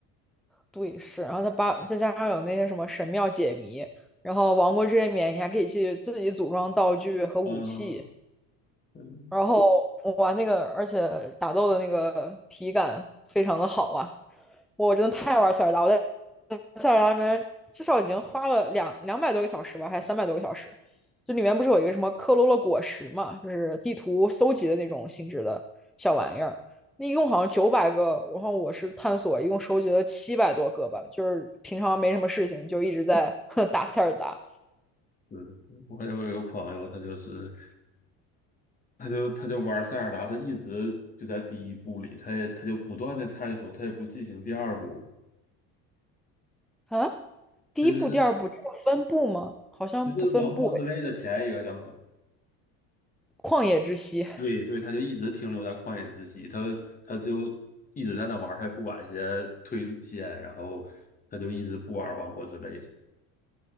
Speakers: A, in the centre; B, on the left.
A: 对，是，然后它把再加上有那些什么神庙解谜，然后王国之泪冕，你还可以去自己组装道具和武器。
B: 啊，嗯。
A: 然后我玩那个，而且打斗的那个体感非常的好啊！我真的太爱玩塞尔达，我在塞尔达里面至少已经花了两两百多个小时吧，还是三百多个小时。就里面不是有一个什么克罗洛果实嘛，就是地图搜集的那种性质的小玩意儿。那一共好像九百个，然后我是探索，一共收集了七百多个吧。就是平常没什么事情，就一直在 <laughs> 打塞尔达
B: 是我有一个朋友，他就是他就他就玩塞尔达，他一直就在第一部里，他也他就不断的探索，他也不进行第二部，
A: 啊。第一部、
B: 他就是
A: 第二部这个分部吗？好像不分部
B: 就是王国之泪的前一个教程。
A: 旷野之息，
B: 对对，他就一直停留在旷野之息，他他就一直在那玩儿他也不玩一些推主线，然后他就一直不玩王国之泪，